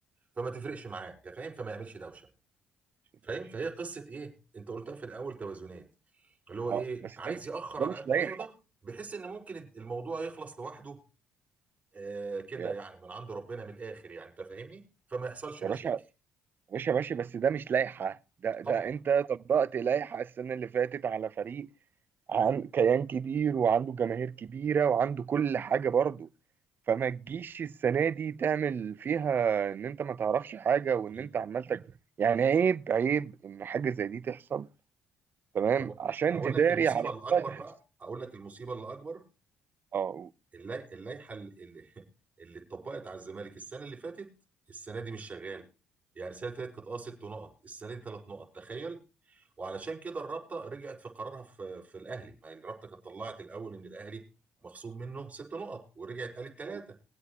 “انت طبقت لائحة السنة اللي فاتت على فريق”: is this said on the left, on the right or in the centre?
Right